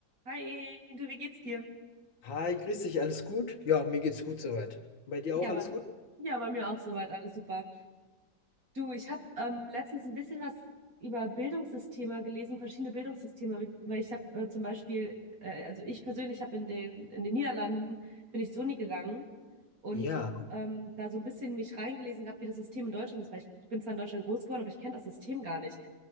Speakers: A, on the right (about 50°); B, on the left (about 80°).
A: Hi, du, wie geht's dir?
B: Hi, grüß dich, alles gut? Ja, mir geht's gut soweit. Bei dir
A: Ja,
B: auch
A: aber,
B: alles gut?
A: ja, bei mir auch soweit, alles super. Du, ich habe ähm, letztens ein bisschen was über Bildungssysteme gelesen, verschiedene Bildungssysteme, wie- weil ich habe äh, zum Beispiel, äh, also ich persönlich habe in den, in den Niederlanden, bin ich zur Uni gegangen und
B: Ja,
A: habe ähm, da so ein bisschen mich reingelesen gehabt, wie das System in Deutschland ist, weil ich bin zwar in Deutschland groß geworden, aber ich kenne das System gar nicht.